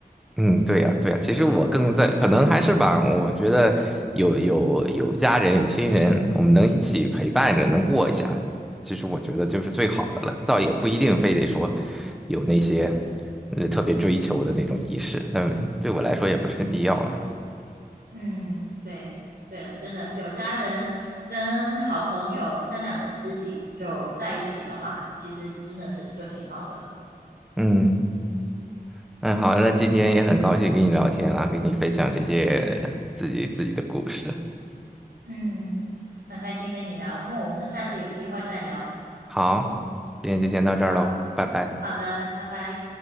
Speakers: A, in the centre; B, on the right (about 80°).
A: 嗯，对呀，对呀，其实我更在，可能还是吧，我觉得有有有家人有亲人，我们能一起陪伴着，能过一下，其实我觉得就是最好的了，倒也不一定非得说有那些呃特别追求的那种仪式，那对我来说也不是很必要了。
B: 嗯，对对了，真的有家人跟好朋友三两个知己就在一起的话，其实真的是就挺好的了。
A: 嗯，那好，那今天也很高兴跟你聊天啦，跟你分享这些自己自己的故事。
B: 嗯，很开心跟你聊，莫我们下次有机会再聊。
A: 好，今天就先到这儿喽，
B: 好。
A: 拜拜。
B: 好的，拜拜。